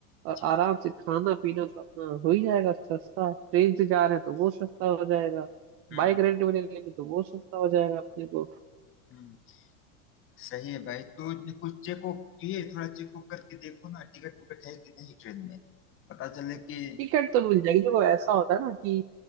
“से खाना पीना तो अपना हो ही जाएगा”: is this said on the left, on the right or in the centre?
Right